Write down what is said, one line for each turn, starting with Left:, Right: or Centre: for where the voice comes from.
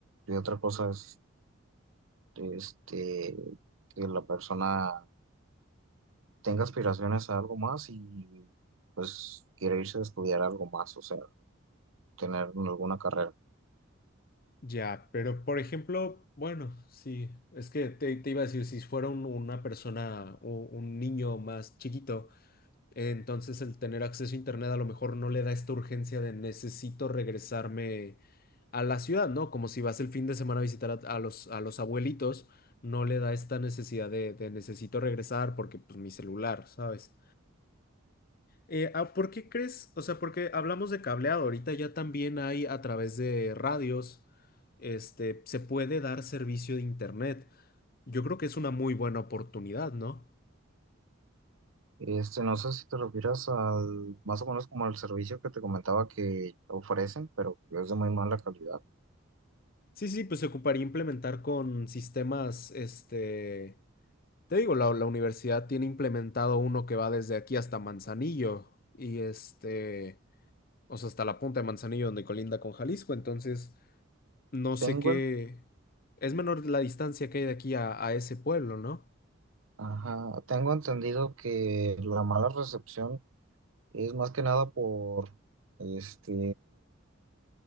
Right: y otra cosa es este, que la persona tenga aspiraciones a algo más y pues quiere irse a estudiar algo más, o sea, tener alguna carrera.
Left: Ya, pero por ejemplo, bueno, sí, es que te, te iba a decir, si fuera un- una persona, o un niño más chiquito. Entonces el tener acceso a internet a lo mejor no le da esta urgencia de necesito regresarme a la ciudad, ¿no? Como si vas el fin de semana a visitar a, a los, a los abuelitos, no le da esta necesidad de, de necesito regresar porque pues mi celular, ¿sabes? Eh, ah, ¿por qué crees? O sea, porque hablamos de cableado, ahorita ya también hay a través de radios, este, se puede dar servicio de internet. Yo creo que es una muy buena oportunidad, ¿no?
Right: Este, no sé si te refieres al, más o menos como al servicio que te comentaba que ofrecen, pero que es de muy mala calidad.
Left: Sí, sí, pues se ocuparía implementar con sistemas, este, te digo, la, la universidad tiene implementado uno que va desde aquí hasta Manzanillo y este, o sea, hasta la punta de Manzanillo donde colinda con Jalisco, entonces no sé
Right: Tengo,
Left: qué,
Right: en-
Left: es menor la distancia que hay de aquí a, a ese pueblo, ¿no?
Right: ajá, tengo entendido que la mala recepción es más que nada por este,